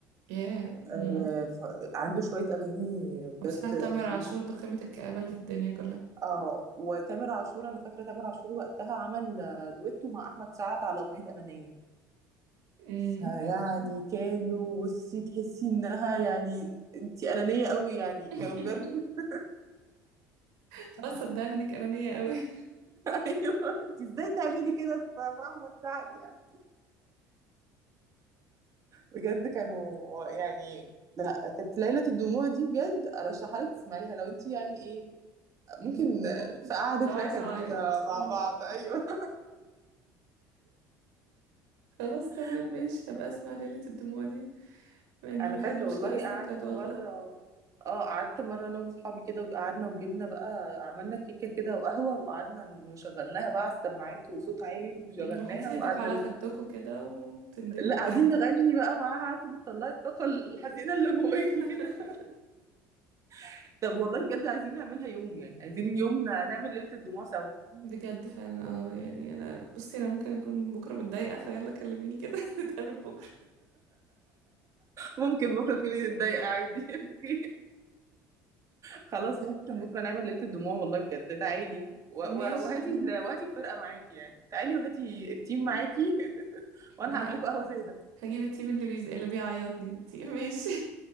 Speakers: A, on the right; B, on the right.
A: ياه
B: آه
A: امم
B: ف- عنده شويه اغاني بجد
A: وبصراحة تامر
B: حزينه
A: عاشور ده قمة الكآبة اللي في الدنيا كلها
B: اه وتامر عاشور انا فاكره تامر عاشور وقتها عمل آه، دويتو مع احمد سعد على اغنيه انانيه
A: امم
B: فيعني كانوا بصي تحسي انها يعني انت انانيه قوي يعني
A: <laughs>
B: كانوا بجد <laughs>
A: خلاص صدقني انك انانية قوي
B: ايوه انت ازاي تعملي كده في في احمد سعد يعني بجد كانوا يعني لا كانت ليلة الدموع دي بجد ارشحها لك تسمعيها لو انت يعني ايه ممكن
A: مم.
B: في قعدة
A: لو عايزة
B: نكد
A: اعيط
B: كده مع
A: <laughs> آه.
B: بعض ايوه
A: خلاص تمام
B: <laughs>
A: ماشي هبقى اسمع ليلة الدموع دي يعني
B: انا
A: الواحد
B: فاكره
A: مش
B: والله
A: ناقص
B: قعدنا
A: نكد والله
B: مره اه قعدت مره انا واصحابي كده وقعدنا وجبنا بقى عملنا كيكه كده وقهوه وقعدنا نشغلناها بقى على السماعات وصوت عالي وشغلناها
A: مم، وحاطين
B: وقعدنا
A: ايديكوا على
B: نك...
A: خدكوا كده وتندبوا
B: لا قاعدين
A: بقى
B: نغني بقى معاها عارفه بتطلعي الطاقه الحزينه اللي جواكي
A: <laughs>
B: كده <laughs> طب والله بجد عايزين نعملها يوم يعني عايزين يوم نعمل ليله الدموع سوا
A: بجد فعلا اه يعني انا بصي انا ممكن اكون بكرة متضايقة فيلا كلميني كده <laughs> نتقابل بكرة
B: ممكن بكرة تكوني متضايقة عادي <laughs> خلاص ممكن بكرة نعمل ليلة الدموع والله بجد تعالي و- و-
A: ماشي
B: وهاتي ال- وهاتي الفرقة معاكي يعني تعالي وهاتي التيم معاكي <laughs> وانا
A: ما
B: هعمل لكم قهوة سادة
A: هجيب التيم اللي بيز... اللي بيعيطني <laughs> انتي ماشي